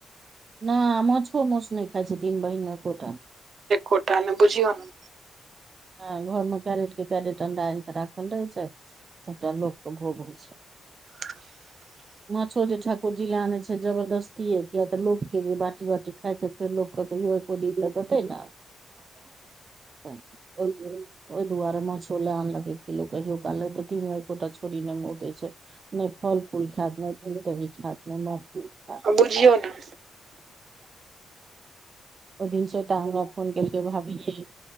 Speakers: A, on the right; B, on the right.
A: नै मछ फो मोस नहि खा छै तन बहिन कोत!
B: कोर्डटा बुझि गेलन।
A: हा घर मे कैरेट के कैरेट अंडा आनि केऽ राखल रहे छै। सत लोक कऽ भोग छै,
B: <unintelligible>
A: माछो जे ठाकुर जी ले आने छै जबरदस्ती या किया तऽ लोकोग के जे बाटी बाटी खाय छै, फर लोक तऽ य खोदी तऽ छै न ओहि दुआरे मछो लऽ आनल कऽ एक किलो कहियो कनलक तऽ तीन एक गोटा छोड़ ने मतै छै। नहि फल फूल खायत मे भऽ दही खात मे महूस?
B: बुझियौ ने,
A: ओ जिन सात हम फोन के भ छै